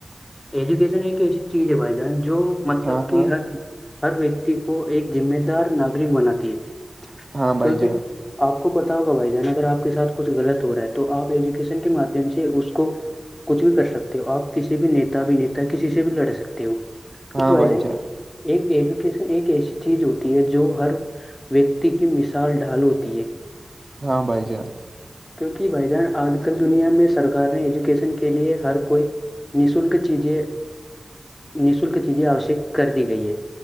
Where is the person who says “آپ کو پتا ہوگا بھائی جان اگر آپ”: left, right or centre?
Left